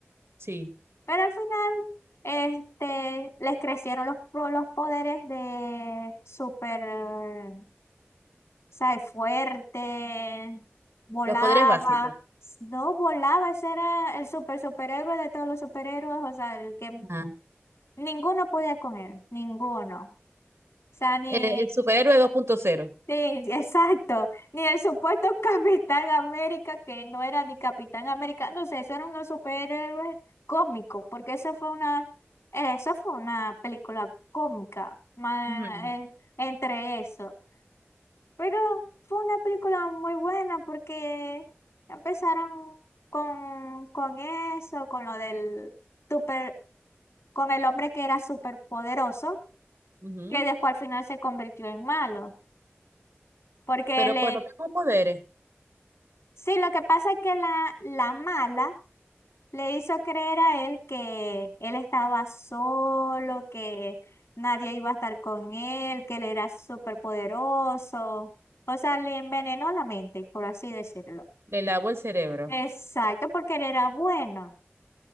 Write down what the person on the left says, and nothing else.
Pero al final, este, les crecieron los, pro- los poderes de super sea, fuerte, volaba.
No volaba, ese era el super superhéroe de todos los superhéroes, o sea, el que
ninguno podía con él, ninguno. O sea, ni,
sí, sí, exacto, ni el supuesto <laughs> Capitán América, que no era ni Capitán América, no sé, eso eran unos superhéroes cómicos, porque eso fue una, eh, eso fue una película cómica, ma-
en- entre eso. Pero fue una película muy buena porque empezaron con, con eso, con lo del super, con el hombre que era súper poderoso,
que después al final se convirtió en malo, porque
le,
Sí, lo que pasa es que la, la mala le hizo creer a él que él estaba solo, que nadie iba a estar con él, que él era súper poderoso. O sea, le envenenó la mente, por así decirlo.
Exacto, porque él era bueno.